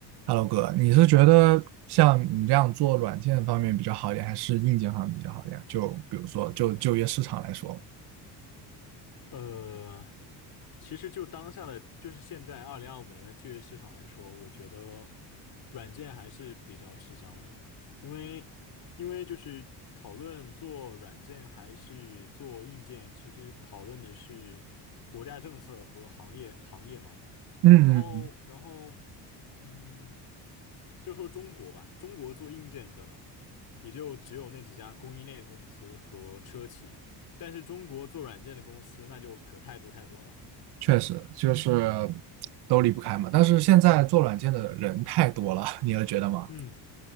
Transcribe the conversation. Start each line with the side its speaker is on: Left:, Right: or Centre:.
Right: Hello 哥，你是觉得像你这样做软件方面比较好一点，还是硬件方面比较好一点？就比如说，就就业市场来说，
Left: 呃，其实就当下的，就是现在二零二五年的就业市场来说，我觉得软件还是比较吃香的，因为因为就是讨论做软件还是做硬件，其实讨论的是国家政策和行业行业嘛。
Right: 嗯，
Left: 然后，
Right: 嗯
Left: 然后，嗯，就说中国吧，中国做硬件的也就只有那几家供应链公司和车企，但是中国做软件的公司那就可太多太多了。
Right: 确实就是都离不开嘛。但是现在做软件的人太多了，<laughs> 你有觉得吗？
Left: 嗯，